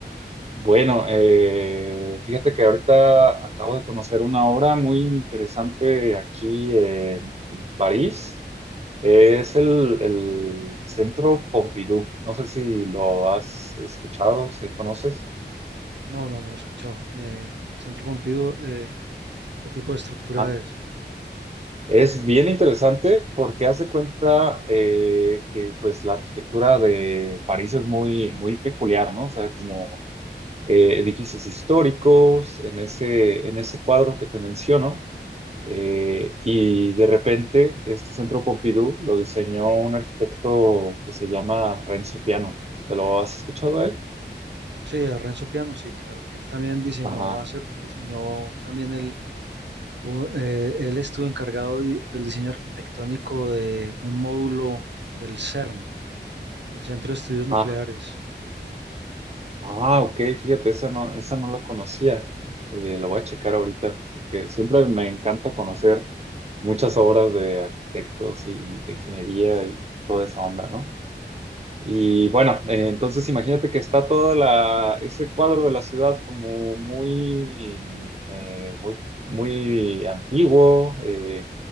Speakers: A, on the right (about 35°); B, on the right (about 70°).
A: bueno, eh, fíjate que ahorita acabo de conocer una obra muy interesante aquí en en París. Es el, el Centro Pompidou. No sé si lo has escuchado, si lo conoces.
B: No, no, no lo he escuchado. Eh, el Centro Pompidou, eh, ¿qué tipo de estructura
A: Ajá.
B: es?
A: Es bien interesante porque hace cuenta eh, que pues la arquitectura de París es muy, muy peculiar, ¿no? O sea, como eh, edificios históricos en ese, en ese cuadro que te menciono. Eh, y de repente este Centro Pompidou lo diseñó un arquitecto que se llama Renzo Piano. ¿Te lo has escuchado a él?
B: Sí, a Renzo Piano, sí, claro. Él también diseñó,
A: Ajá.
B: hace, él diseñó también el u- eh, él estuvo encargado di- del diseño arquitectónico de un módulo del CERN, del Centro de Estudios
A: Ajá.
B: Nucleares.
A: Ah, ok, fíjate, esa no, esa no la conocía. Eh, lo voy a checar ahorita, porque siempre me encanta conocer muchas obras de arquitectos y de ingeniería y toda esa onda, ¿no? Y bueno, eh, entonces imagínate que está toda la, ese cuadro de la ciudad como muy, eh, muy, muy antiguo, eh,